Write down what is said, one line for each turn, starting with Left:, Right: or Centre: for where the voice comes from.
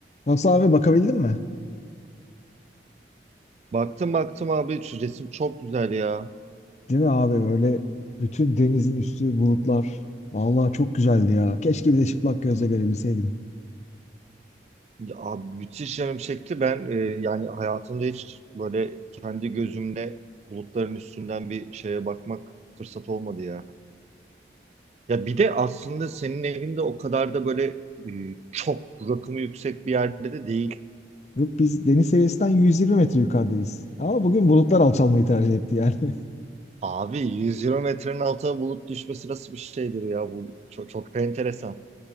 Left: Nasıl abi bakabildin mi?
Right: Baktım baktım abi şu resim çok güzel ya.
Left: Değil mi abi öyle bütün denizin üstü bulutlar. Vallahi çok güzeldi ya. Keşke bir de çıplak gözle görebilseydim.
Right: Ya abi, müthiş yanım çekti. Ben e, yani hayatımda hiç böyle kendi gözümle bulutların üstünden bir şeye bakmak fırsat olmadı ya. Ya bir de aslında senin evinde o kadar da böyle e, çok rakımı yüksek bir yerde de değil.
Left: Yok biz deniz seviyesinden 120 metre yukarıdayız. Ama bugün bulutlar alçalmayı tercih etti yani. <laughs>
Right: Abi 120 metrenin altına bulut düşmesi nasıl bir şeydir ya bu çok, çok enteresan.